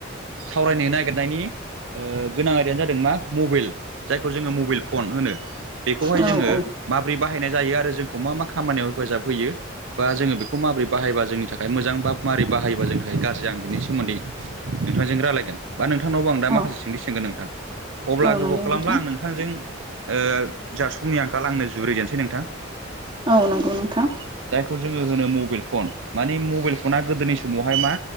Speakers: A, on the right (about 70°); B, on the right (about 25°).
A: सावरायनो नागिरनायनि ओ गोनां आयदायानो जादों मा मबेल। जायखौ जोङो मबेल फन होनो। बेखौहाय
B: औ
A: जोङो
B: औ
A: माबोरै बाहायनाय जायो आरो जोंखौ मा मा खामानियाव हेफाजाब होयो बा जोङो बेखौ माबोरै बाहायबा जोंनि था खाय मोजां बा मारै बायोबा जोंनि थाखाय गाज्रि जागोन बिनि सोमोन्दै नोंथांजों रायलायगोन। बा नोंथांनावबो आं दा
B: औ
A: माखासे सोंथि सोंगोन नोंथां। अब्ला
B: औ
A: गोबाव
B: नंगौ
A: खालामला
B: नोंथां
A: आं नोंथांजों ओ जा समनि आंखाल आंनो जुरिजेनसै नोंथां।
B: औ नंगौ नोंथां।
A: जायखौ जोङो होनो मबाइल फन। मानि मबाइल फना गोदोनि समावहाय मा